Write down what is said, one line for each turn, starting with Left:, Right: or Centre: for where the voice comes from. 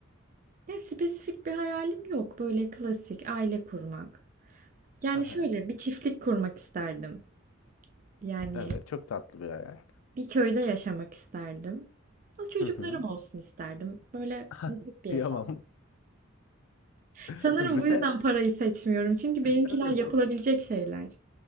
Right: Ya spesifik bir hayalim yok. Böyle klasik aile kurmak. Yani
Left: Hı hı.
Right: şöyle bir çiftlik kurmak isterdim. Yani
Left: Evet çok tatlı bir hayal.
Right: Bir köyde yaşamak isterdim. Ama çocuklarım
Left: Hı hı.
Right: olsun isterdim. Böyle
Left: <laughs>
Right: basit bir
Left: Kıyamam.
Right: yaşam.
Left: <laughs>
Right: Sanırım bu
Left: Sen,
Right: yüzden parayı seçmiyorum. Çünkü benimkiler
Left: evet,
Right: yapılabilecek şeyler.